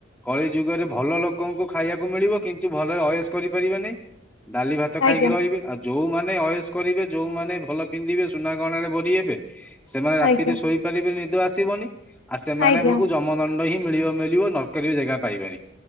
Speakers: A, in the centre; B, on the left (about 65°).
A: କଳି ଯୁଗରେ ଭଲ ଲୋକଙ୍କୁ ଖାଇବାକୁ ମିଳିବ କିନ୍ତୁ ଭଲରେ ଅୟସ କରିପାରିବେ ନେଇଁ ଡାଲି ଭାତ ଖାଇକି
B: ଆଜ୍ଞା
A: ରହିବେ ଆଉ ଯୋଉମାନେ ଅୟସ କରିବେ ଯୋଉମାନେ ଭଲ ପିନ୍ଧିବେ ସୁନା ଗହଣାରେ ଭରି ହେବେ ସେମାନେ ରାତିରେ
B: ଆଜ୍ଞା
A: ଶୋଇପାରିବେନି ନିଦ ଆସିବନି ଆଉ ସେମାନେ
B: ଆଜ୍ଞା
A: ବେ କୁ ଜମ ଜମ ଦଣ୍ଡ ହିଁ ମିଳିବ ମିଳିବ ନର୍କରେ ବି ଜେଗା ପାଇବେନି